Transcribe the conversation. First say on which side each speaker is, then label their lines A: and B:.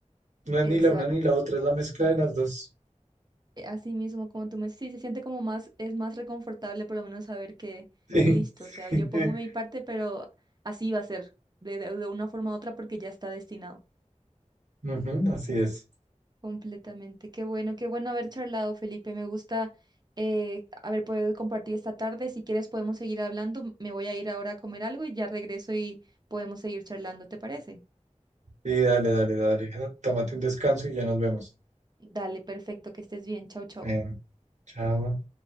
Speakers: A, on the right; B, on the right.
A: No es
B: Exacto.
A: ni la una ni la otra, es la mezcla de las dos.
B: Así mismo, como tú me sí, se siente como más, es más reconfortable por lo menos saber que
A: Sí.
B: listo, o sea,
A: <laughs>
B: yo pongo mi parte, pero así va a ser, de, de de una forma u otra, porque ya está destinado.
A: Ujú, así es.
B: Completamente. Qué bueno, qué bueno haber charlado, Felipe. Me gusta eh, haber podido compartir esta tarde. Si quieres, podemos seguir hablando. M- Me voy a ir ahora a comer algo y ya regreso y podemos seguir charlando, ¿te parece?
A: Y dale, dale, dale. Tómate un descanso y ya nos vemos.
B: Dale, perfecto, que estés bien. Chau, chau.
A: Eh, chao.